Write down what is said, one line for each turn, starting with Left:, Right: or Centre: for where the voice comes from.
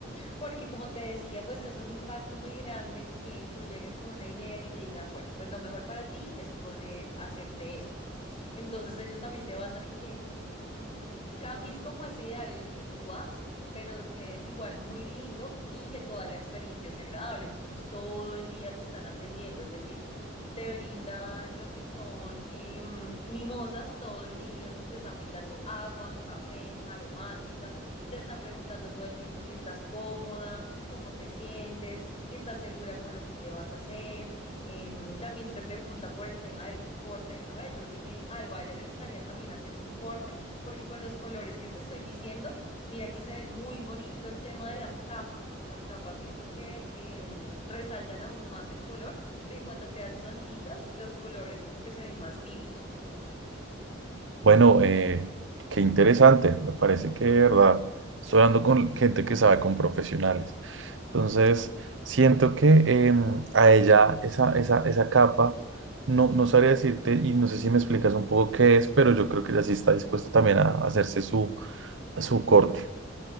Left: porque como te decía, pues es un impacto muy grande que tú llegues con una idea y te digan, bueno, pues lo mejor para ti es poder hacerte esto. Entonces ellos también se basan en que cambies como ese ideal en el que tú vas, pero que es igual muy lindo y que toda la experiencia sea agradable. Entonces todo el día te están atendiendo, es decir, te brindan lo que son eh, mimosas todo el día, te están brindando agua, café, aromática, te están preguntando todo el tiempo si estás cómoda, cómo te sientes, si estás segura con lo que te vas a hacer. Eh, también te preguntan por el tema del corte de cabello, dime algo, ¿a ella le gustaría también hacerse un corte? porque con los colores que te estoy diciendo, mira que se ven muy bonito el tema de las capas. Las capas siento que em, resaltan aún más el color, porque cuando te haces onditas, los colores como que se ven más vivos.
Right: Bueno, eh, qué interesante. Me parece que de verdad estoy hablando con gente que sabe, con profesionales. Entonces, siento que em, a ella esa, esa, esa capa, no, no sabría decirte, y no sé si me explicas un poco qué es, pero yo creo que ella sí está dispuesta también a hacerse su, su corte.